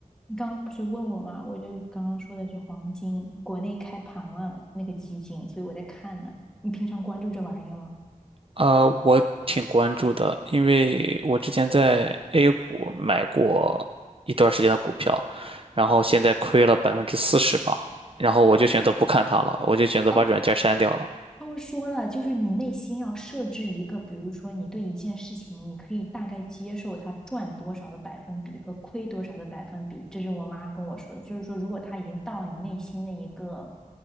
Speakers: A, in the centre; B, on the right.
A: 你刚刚不是问我吗？我就刚刚说的是黄金，国内开盘了那个基金，所以我在看呢。你平常关注这玩意儿吗？
B: 呃，我挺关注的，因为我之前在 A 股买过一段时间的股票，然后现在亏了百分之四十吧，然后我就选择不看它了，我就选择把软件删掉了。
A: 哎，他会说了，就是你内心要设置一个，比如说你对一件事情，你可以大概接受它赚多少的百分比和亏多少的百分比。这是我妈跟我说的，就是说如果它已经到了你内心的一个